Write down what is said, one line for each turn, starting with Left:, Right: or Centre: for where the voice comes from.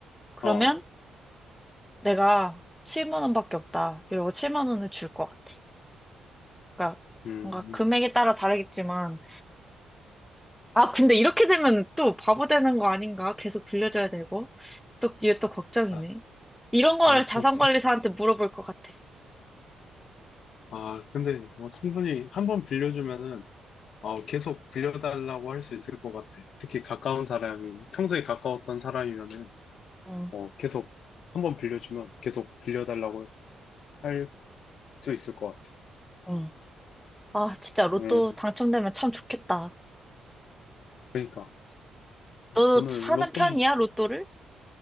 Centre: 그러면
Left: 어,
Centre: 내가 7만 원밖에 없다. 이러고 7만 원을 줄 것 같아. 그러니까
Left: 음,
Centre: 뭔가 금액에 따라 다르겠지만 아, 근데 이렇게 되면 또 바보 되는 거 아닌가? 계속 빌려줘야 되고. 또, 이게 또 걱정이네.
Left: 아,
Centre: 이런 걸
Left: 아,
Centre: 자산관리사한테
Left: 저
Centre: 물어볼 것 같아.
Left: 아, 근데 뭐 충분히 한 번 빌려주면은 어, 계속 빌려달라고 할 수 있을 것 같아. 특히 가까운 사람이, 평소에 가까웠던 사람이면은
Centre: 응,
Left: 어, 계속 한 번 빌려주면 계속 빌려달라고 할 수 있을 것 같아.
Centre: 응. 아, 진짜 로또
Left: 음,
Centre: 당첨되면 참 좋겠다.
Left: 그러니까
Centre: 너
Left: 오늘
Centre: 사는
Left: 로또,
Centre: 편이야, 로또를?